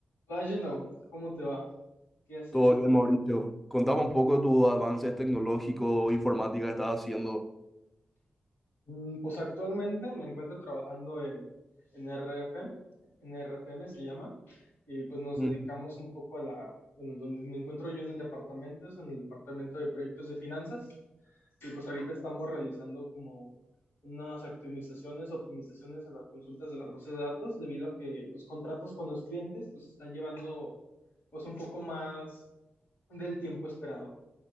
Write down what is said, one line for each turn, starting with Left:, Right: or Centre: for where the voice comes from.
Left: Hola, Angelo, ¿cómo te va? ¿Qué has
Centre: Todo
Left: hecho?
Centre: bien, Mauricio. Contame un poco de tus avances tecnológicos, informática que estás haciendo.
Left: Mm, Pues actualmente me encuentro trabajando en, en RF, en RFM se llama, y pues nos
Centre: Mm.
Left: dedicamos un poco a la, bueno, donde me encuentro yo en el departamento, es en el departamento de proyectos de finanzas, y pues ahorita estamos realizando como unas optimizaciones, optimizaciones a las consultas de las bases de datos, debido a que los contratos con los clientes pues están llevando pues un poco más del tiempo esperado.